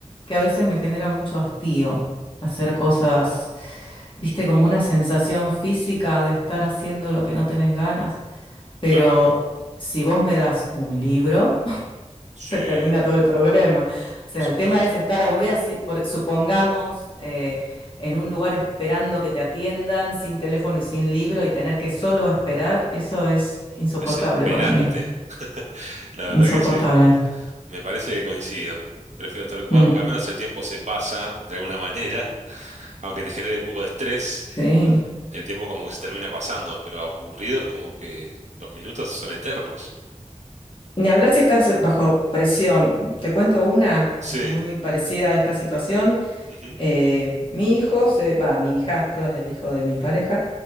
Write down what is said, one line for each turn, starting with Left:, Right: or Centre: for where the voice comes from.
Left: que a veces me genera mucho hastío hacer cosas, viste,
Right: Ujú.
Left: como una sensación física de estar haciendo lo que no tenés ganas. Pero
Right: Claro.
Left: si vos me das un libro, <laughs>
Right: Sí,
Left: se termina todo el problema. O sea,
Right: por supuesto.
Left: el tema es estar aburrida, si- por- supongamos, eh, en un lugar esperando que te atiendan, sin teléfono y sin libro, y tener que solo esperar, eso es insoportable
Right: Desesperante.
Left: para mí.
Right: <laughs> La verdad
Left: Insoportable.
Right: que sí. Me parece que coincido. Prefiero estar ocupado
Left: Mm,
Right: porque al menos el tiempo se pasa de alguna manera. <laughs> Aunque te genere un poco de estrés,
Left: sí.
Right: el tiempo como que se termina pasando, pero aburrido es como que los minutos son eternos.
Left: Ni hablar si estás bajo presión. Te cuento una
Right: Sí.
Left: muy parecida a esta situación.
Right: Ujú,
Left: Eh, mi hijo, se, va, mi hijastro es el hijo de mi pareja,